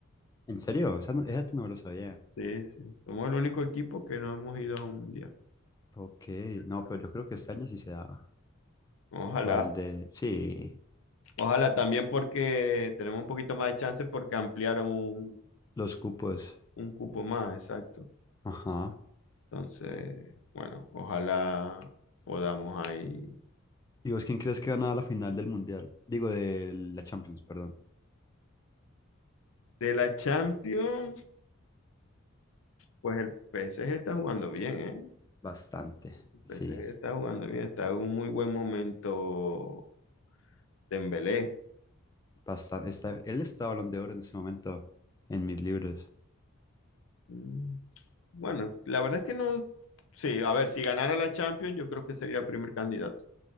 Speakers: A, on the left; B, on the left.
A: ¿En serio? Esa no, esa no me lo sabía.
B: Sí, sí. Somos el único equipo que no hemos ido a un mundial.
A: Ok,
B: del
A: no,
B: Sudam.
A: pero yo creo que este año sí se da
B: Ojalá.
A: para el de, sí,
B: Ojalá también porque tenemos un poquito más de chance porque ampliaron un,
A: los cupos.
B: un cupo más, exacto.
A: Ajá.
B: Entonces, bueno, ojalá podamos ahí.
A: ¿Y vos quién crees que gana la final del Mundial? Digo, de la Champions, perdón.
B: De la Champions, pues el PSG está jugando bien, ¿eh?
A: Bastante,
B: El PSG
A: sí,
B: está jugando bien, está en un muy buen momento Dembélé.
A: bastante. Está, él está Balón de Oro en este momento en mis libros.
B: Mm, Bueno, la verdad es que no. Sí, a ver, si ganara la Champions, yo creo que sería el primer candidato.